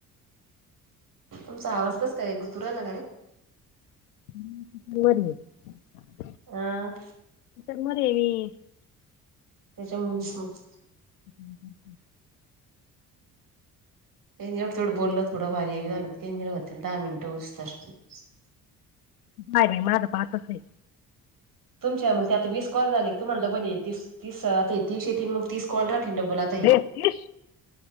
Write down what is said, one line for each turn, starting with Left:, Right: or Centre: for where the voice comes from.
Right: तुमचा आवाजच काय आहे गुतुराला गडे.
Left: <unintelligible>
Right: आ.
Left: तू म्हणे मी
Right: त्याच्यामुळे <unintelligible>
Left: <unintelligible>
Right: काही निवढ तेवढं बोललं थोडं भारी हे झालं काही नि हो दहा मिनिटं होऊस तोवर अस.
Left: काय बाई मला तर पाहतच नाही.
Right: तुमच्या मग आता वीस कॉल झाले तुम्हाला डबलस तीस त मग तीस स्कॉल राहातील डब्बल हे.
Left: रे तीस